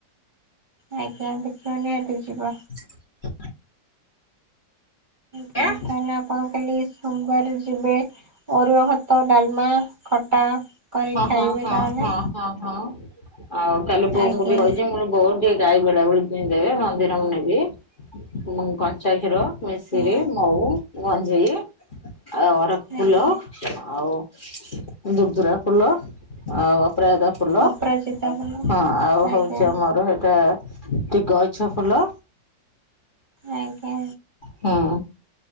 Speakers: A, on the right; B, on the left.
A: ଆଜ୍ଞା ଦେଖିବା ନିହାତି ଯିବ।
B: <inaudible>
A: ତାହେଲେ
B: ଆଁ
A: ଆପଣଙ୍କ କାଲି ସୋମବାରେ ଯିବେ ଅରୁଆଭାତ, ଡାଲମା, ଖଟା କରି
B: ହଁ
A: ଖାଇବେ
B: ହଁ ହଁ
A: ତାହେଲେ।
B: ହଁ ହଁ ହଁ ଆଉ କାଲି ବୋଉଙ୍କୁ
A: ଆଜ୍ଞା
B: ବି କହି ମୋର ବୋତ ଟିକେ ଗାଈ ବେଡା ଭଳି କି ଦେବେ ମନ୍ଦିର ମୁଁ ନେବି ମୁ କଞ୍ଚା କ୍ଷୀର। ମଇସିର
A: ହୁଁ
B: ମହୁ ମଞ୍ଜେଇ। ଆଉ ଅରଖଫୁଲ
A: ଆଜ୍ଞା
B: ଆଉ ଦୁରଦୁରା ଫୁଲ ଆଉ ଅପରାଜିତା ଫୁଲ
A: ଅପରାଜିତା ଫୁଲ
B: ହଁ ଆଉ
A: ଆଜ୍ଞା
B: ହଉଛି ଆମର ଏଇଟା ଟିକେ ଗଇଛ ଫୁଲ
A: ଆଜ୍ଞା।
B: ହଁ।